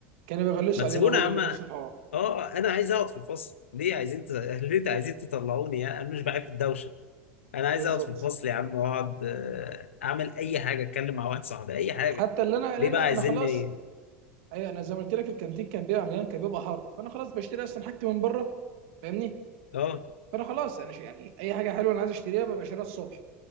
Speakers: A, on the right (about 60°); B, on the left (about 75°).
A: كانوا بيغلسوا
B: ما تسيبونا
A: علينا برضك
B: يا عم
A: بنفس الحوار
B: اه انا عايز اقعد في الفصل ليه عايزين ت... <laughs> ليه عايزين تطلعوني يا انا مش بحب الدوشه انا عايز
A: بالظبط
B: اقعد في الفصل يا عم واقعد آه، اعمل اي حاجه اتكلم مع واحد صاحبي اي حاجه
A: حتى اللي انا لان
B: ليه بقى
A: انا
B: عايزيني
A: خلاص ايوه انا زي ما قلت لك الكانتين كان بيبقى مليان كان بيبقى حر فانا خلاص بشتري اصلا حاجتي من بره فاهمني
B: اه
A: فانا خلاص انا ش... يعني اي حاجه حلوه انا عايز اشتريها ببقى شاريها الصبح